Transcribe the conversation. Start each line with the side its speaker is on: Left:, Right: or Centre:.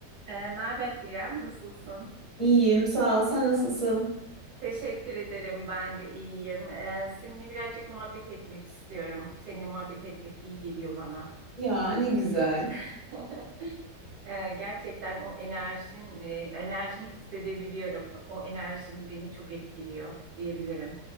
Right: Ee, naber İrem, nasılsın?
Centre: İyiyim, sağ ol. Sen nasılsın?
Right: Teşekkür ederim, ben de iyiyim. Ee, seninle birazcık muhabbet etmek istiyorum. Seninle muhabbet etmek iyi geliyor bana.
Centre: Ya ne güzel.
Right: <laughs> Ee, gerçekten o enerjin, e, enerjini hissedebiliyorum. O enerjin beni çok etkiliyor diyebilirim.